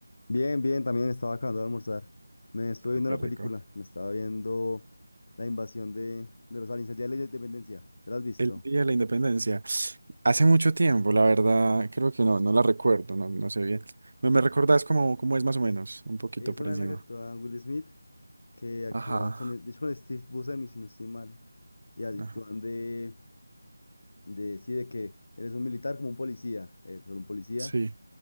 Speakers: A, on the left (about 50°); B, on the right (about 60°).
A: Bien, bien, también estaba acabando de almorzar. Me estuve viendo
B: Ah, qué
A: una película,
B: rico.
A: me estaba viendo la invasión de, de los aliens, el Día de la Independencia. ¿Te la has visto?
B: El Día de la Independencia. Hace mucho tiempo, la verdad, creo que no, no la recuerdo, no, no sé bien. ¿Me, me recordás cómo, cómo es más o menos? Un poquito
A: Es
B: por
A: una
B: encima.
A: en la que actúa Will Smith, que actúa
B: Ajá.
A: con, de hecho, con Steve Buscemi, si no estoy mal. Y actúan
B: Ajá.
A: de, de, sí, de que eres un militar como un policía, él solo un policía,
B: Sí.